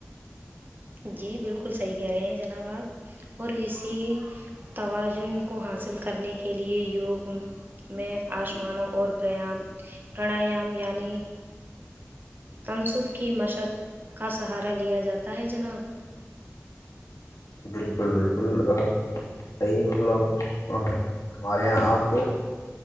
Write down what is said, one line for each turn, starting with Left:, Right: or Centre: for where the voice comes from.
Right: جی بالکل صحیح کہہ رہے ہیں جناب آپ اور اسی توازن کو حاصل کرنے کے لیئے یوگ میں آسمانوں اور پریام پرانایام یعنی تنصب کی مشق کا سہارا لیا جاتا ہے جناب
Left: بالکل بالکل صحیح مطلب فرما رہے ہیں آپ